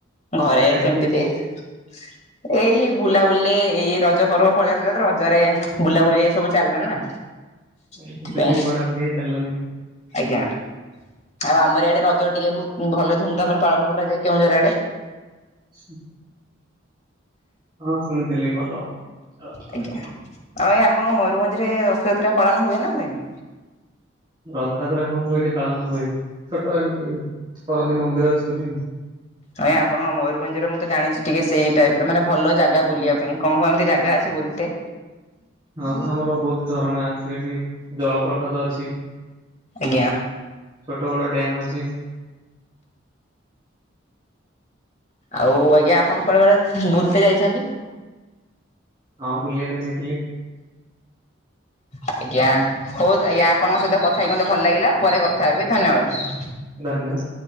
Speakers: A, on the left; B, on the right.
A: ଘରେ
B: କାହିଁକି
A: ସେମିତି ଟିକେ ଏଇ ବୁଲାବୁଲି ଏଇ ରଜ ପର୍ବ ପଳେଇଆସିଲା। <unintelligible> ରଜରେ ବୁଲାବୁଲି ଏ ସବୁ ଚାଲିଲା ନା।
B: ଉଁହୁଁ
A: ସେଥିପାଇଁ
B: ସେଇଥିପାଇଁ ପଢାପଢି ହେଇପାରିଲାନି।
A: ଆଜ୍ଞା। ଆଉ ଆମର ଇଆଡେ ରଜ ଟିକେ ବହୁତ୍ ଭଲ ଧୁମଧାମରେ ପାଳନ କରାଯାଏ କେଉଁଝର ଆଡେ।
B: <unintelligible> ହଁ ଶୁଣିଥିଲି ଭଲ ପାଳନ କରାଯାଏ।
A: ଆଜ୍ଞା। ଆଉ ଆଜ୍ଞା ଆପଣଙ୍କ ମୟୂରଭଞ୍ଜରେ ରଥଯାତ୍ରା ପାଳନ ହୁଏ ନା ହୁଏନି?
B: ରଥଯାତ୍ରା ହଁ <unintelligible> ଏଇଠି ପାଳନ ହୁଏ। ଛୋଟ ଏମିତି କରନ୍ତିି ମନ୍ଦିର ଅଛି ବୋଲି।
A: ଆଜ୍ଞା ଆପଣଙ୍କ ମୟୂରଭଞ୍ଜରେ ମୁଁ ତ ଜାଣିଛି ଟିକେ ସେଇ ଟାଇପର ମାନେ ଭଲ ଜାଗା ବୁଲିବା ପାଇଁ। କଣ କଣ ଏମିତି ଜାଗା ଅଛି ବୁଲତେ?
B: ହଁ ଆମର ବହୁତ ଝରଣା ଅଛି ଏଇଠି। ଜଳପ୍ରପାତ ଅଛି।
A: ଆଜ୍ଞା।
B: ଛୋଟ ବଡ ଡ୍ୟାମ୍ ଅଛି।
A: ଆଉ ଆଜ୍ଞା ଆପଣ କୁଆଡେ କୁଆଡେ ବୁଲତେ ଯାଇଛନ୍ତି?
B: ହଁ ବୁଲିବା ପାଇଁ ଯାଇଥିଲି।
A: ଆଜ୍ଞା ହଉ ଆଜ୍ଞା। ଆପଣଙ୍କ ସହିତ କଥା ହେଇକି ମତେ ଭଲ ଲାଗିଲା। ପରେ କଥା ହେବି ଧନ୍ୟବାଦ।
B: ଧନ୍ୟବାଦ।